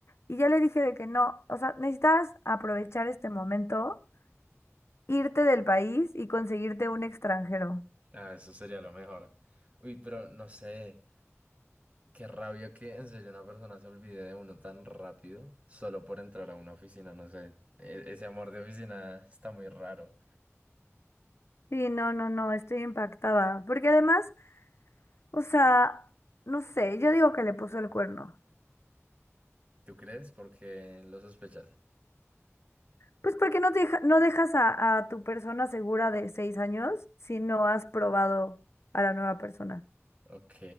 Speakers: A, on the left (about 60°); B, on the right (about 30°).
A: Y ya le dije de que no, o sea, necesitas aprovechar este momento, irte del país y conseguirte un extranjero.
B: Ah, eso sería lo mejor. Uy, pero no sé. Qué rabia que en serio una persona se olvide de uno tan rápido solo por entrar a una oficina, no sé. E- ese amor de oficina está muy raro.
A: Sí, no, no, no, estoy impactada. Porque además, o sea, no sé, yo digo que le puso el cuerno.
B: ¿Tú crees? Porque lo sospechas.
A: Pues porque no, deja- no dejas a, a tu persona segura de seis años si no has probado a la nueva persona.
B: Ok.